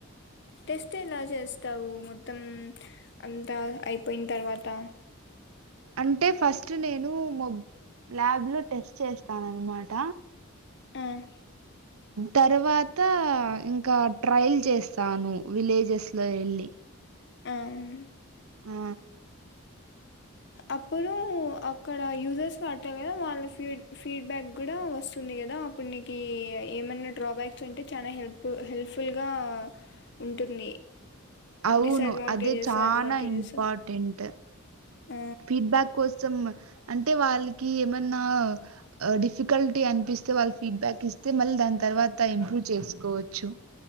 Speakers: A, on the left; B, on the right.
A: టెస్ట్ ఎలా చేస్తావు మొత్తం అంత అయిపోయిన్ తరువాత
B: అంటే ఫస్ట్ నేను మొబ్ ల్యాబ్ లో టెస్ట్ చేస్తాను అన్ మాట
A: తనకి
B: తర్వాత ఇంకా ట్రయల్ చేస్తాను విలేజెస్ లో వెళ్ళి
A: ఆమ్
B: ఆ
A: అప్పుడు అక్కడ యూజర్స్ వాడుతారు కదా వాళ్ళ ఫీడ్ ఫీడ్బ్యాక్ కూడా వస్తుంది కదా అప్పుడు నీకు ఈ ఏమన్నట్ డ్రాబ్యాక్స్ ఉంటే చానా హెల్ప్ హెల్ప్ఫుల్ గా ఉంటుంది
B: అవును.
A: డిసడ్వాంటేజెస్
B: అదే చాలా
A: అడ్వాంటేజెస్
B: ఇంపార్టెంట్.
A: ఆ
B: ఫీడ్బ్యాక్ కోసం అంటే వాళ్ళకి ఏమన్నా డిఫికల్టీ అనిపిసు తో వాళ్ళు ఫీడ్బ్యాక్ ఇస్తే మళ్ళీ దాని తర్వాత ఇంప్రూవ్ చేసుకోవచ్చు